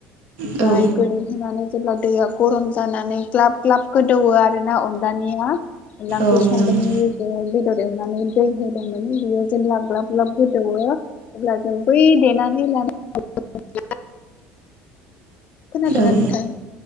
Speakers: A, on the left (about 40°); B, on the right (about 65°).
A: ओमफ्राय
B: औ
A: गोदौहोनानै जेब्ला दैया गरम जानानै ग्लाब ग्लाब गोदौवो आरो ना अनलानिया अनला ओंख्रि
B: औ
A: सं
B: नंगौ
A: जों बेदर एवनानै दै होदोंमोन बेयो जेब्ला ग्लाब ग्लाब गोदौवो अब्ला जों बै देनानै लानाय मस्ला मस्लिखौ खोनादों
B: औ
A: ना नोंथां